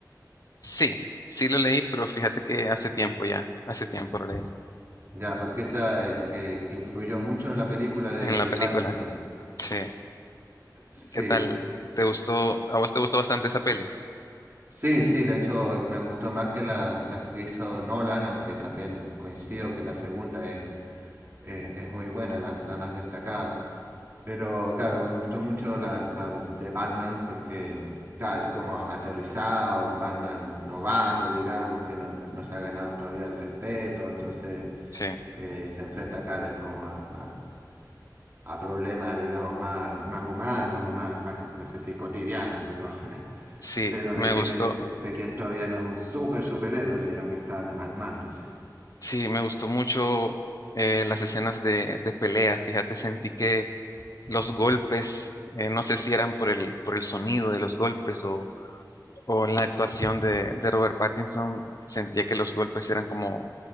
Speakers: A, on the left (about 55°); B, on the right (about 35°).
A: Sí, sí lo leí, pero fíjate que hace tiempo ya, hace tiempo lo leí
B: Ya, porque esa eh, eh, influyó mucho en la película de,
A: en
B: de
A: la película.
B: Pattinson.
A: Sí,
B: Sí,
A: ¿qué tal? ¿Te gustó? ¿A vos te gustó bastante esa peli?
B: sí, sí, de hecho me gustó más que la- las que hizo Nolan, aunque también coincido que la segunda es, es- es muy buena, la, la más destacada. Pero claro, me gustó mucho la, la de Batman porque, claro, es como aterrizado, un Batman novato, digamos, que no, no- no se ha ganado todavía el respeto, entonces
A: Sí,
B: eh, se enfrenta, claro, es como a, a problemas, digamos, más, más humanos o más, más, no sé si cotidianos, pero, <laughs>
A: sí,
B: pero
A: me
B: de, quien
A: gustó,
B: es, de quien todavía no es un super superhéroe, sino que están armándose.
A: sí, me gustó mucho eh, las escenas de, de pelea. Fíjate, sentí que los golpes, eh, no sé si eran por el, por el sonido de los golpes o, o la actuación de, de Robert Pattinson, sentía que los golpes eran como,